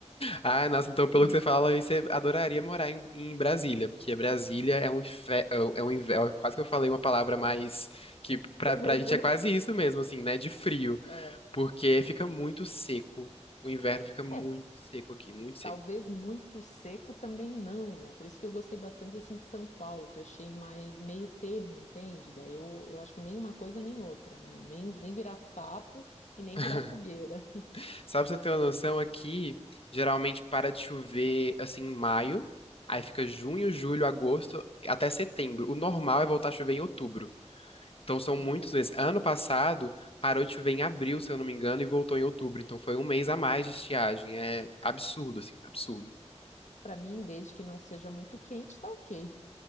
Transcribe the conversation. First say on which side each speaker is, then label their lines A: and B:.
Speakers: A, on the left; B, on the left.
A: Ah,
B: <laughs>
A: nossa, então pelo
B: Sim.
A: que você fala, aí você adoraria morar em, em Brasília, porque Brasília é um, infe- é um, é um é Quase que eu falei uma palavra mais que pra,
B: <laughs>
A: pra gente é quase isso mesmo, assim, né? De frio.
B: É.
A: Porque fica muito seco. O inverno fica muito
B: É,
A: seco aqui, muito seco.
B: Talvez muito seco também não, né? Por isso que eu gostei bastante assim de São Paulo, que eu achei mais meio termo, entende? Daí eu, eu acho que nem uma coisa nem outra, né? Nem, nem virar sapo e nem
A: <laughs>
B: virar fogueira.
A: Só pra você ter uma noção, aqui geralmente para de chover assim em maio, aí fica junho, julho, agosto até setembro. O normal é voltar a chover em outubro. Então são muitos
B: Nossa,
A: meses. Ano passado parou de chover em abril, se eu não me engano, e voltou em outubro. Então foi um mês a mais de estiagem. É absurdo, assim, absurdo.
B: pra mim, desde que não seja muito quente, tá ok.